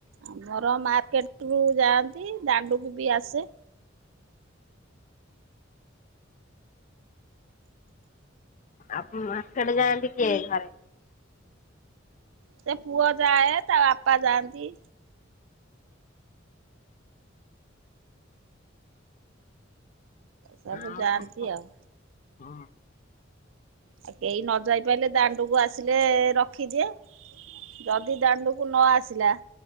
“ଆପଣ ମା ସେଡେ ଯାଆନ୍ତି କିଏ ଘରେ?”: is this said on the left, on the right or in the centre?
Left